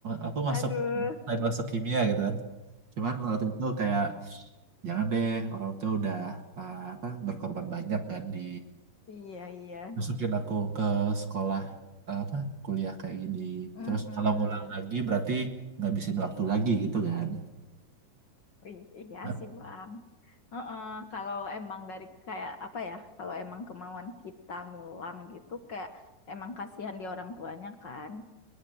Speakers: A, on the right; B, on the left.
A: aku
B: Aduh.
A: masuk lain masuk kimia gitu kan. Cuman waktu itu kayak jangan deh orang tuh udah uh, apa berkorban banyak kan di
B: Iya, iya.
A: masukin aku ke sekolah uh, apa kuliah kayak gini.
B: Mm-mm.
A: Terus kalau ngulang lagi berarti ngabisin waktu lagi gitu kan.
B: Ih, Iya
A: Nah,
B: sih, Bang. Heeh, Kalau emang dari kayak apa ya? Kalau emang kemauan kita ngulang gitu, kayak emang kasihan di orang tuanya kan?